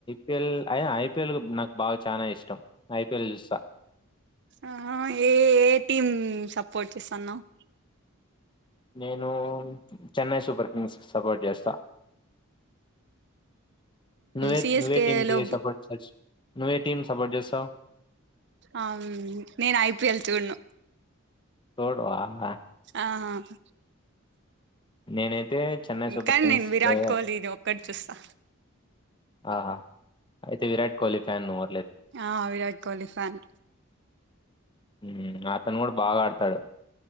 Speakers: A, on the left; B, on the right.
A: కెల్ అయ ఐపిఎల్ నాక్ బా చానా ఇష్టం ఐపీఎల్ చూస్తా
B: ఆహ ఏ ఏ టీమ్ సపోర్ట్ చేస్తన్నవ్?
A: నేను చెన్నై సూపర్ కింగ్స్ కీ సపోర్ట్ చేస్తా. నువేట్
B: సిఎస్కే
A: నువేటీంకి
B: లో
A: సపోర్ట్ జెస్, నువేటీంకి సపోర్ట్ జెస్తావ్?
B: అమ్ నేనైపియల్ చూడ్ను.
A: చూడ్వా మె
B: అహహ్
A: నేనైతే చెన్నై సూపర్
B: కానీ
A: కింగ్స్
B: నేను విరాట్
A: కే
B: కోహ్లీ ఒక్కటి చూస్తా
A: ఆహా అయితే విరాట్ కోహ్లీ ఫ్యాన్ నువు
B: ఆహ విరాట్ కోహ్లీ ఫ్యాన్
A: మ్మ్ అతను గూడా బాగాడ్తాడు.